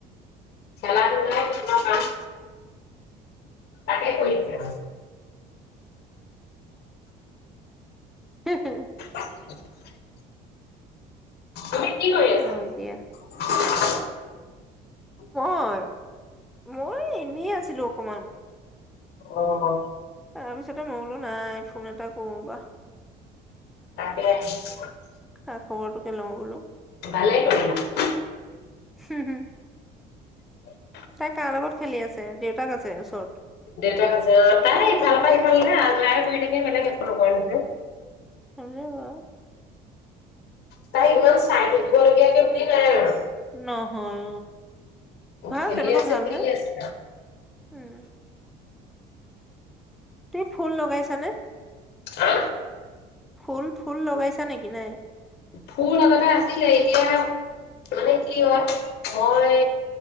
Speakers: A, on the left (about 65°); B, in the centre.
A: খেলা ধূলাই কিছুমান কাম তাকে কৰিছে।
B: হে হে
A: <inaudible> হয় <unintelligible> কি কৰি আছা
B: হয় দিয়া
A: <unintelligible> <inaudible>
B: অ', মই এনেই আছো <unintelligible>
A: অ', অ',
B: তাৰ পিছতে মই বোলো নাই ফোন এটা কৰো বা
A: তাক ৰা <inaudible>
B: খা <unintelligible>
A: ভালাই কৰিলা।
B: হুম হুম
A: <unintelligible>
B: তাই কাৰ লগত খেলি আছে দেউতাক আছে ওচৰত
A: দেউতাক কৈছে অ', তাই ইফালৰ পৰা সিফালে হে যাই কৰি থাকে বেলেগ একো নকোৱা নহয়।
B: <inaudible>
A: তাই ইমান চাই থাকিব লগীয়া কে বুলি নাই আৰু
B: নহয় ভাল
A: খেলি
B: তেনেকুৱা
A: আছে
B: ভাল
A: খেলি
B: হে
A: আছে
B: উম তুমি ফুল লগাইছানে
A: হা
B: ফুল ফুল লগাইছা নেকি নাই।
A: ফুল লগতে আছিলে এতিয়া মানে কি হয়, মই